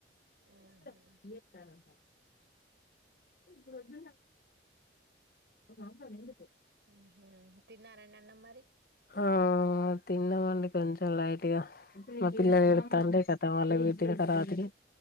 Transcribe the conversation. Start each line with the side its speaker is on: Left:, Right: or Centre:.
Right: ఆహా
Left: ఇ చప్ ఏడ్ దానంత ప్రొద్దున్న మాతో నేందుకు
Right: హు హ్మ్ తిన్నారండి అన్నం మరి
Left: ఆ తిన్నామండి కొంచెం లైట్గా మా పిల్లలు ఎడ్తాంటే
Right: అవును.
Left: కతం ఆళ్ళకు పెట్టిన తర్వాతనే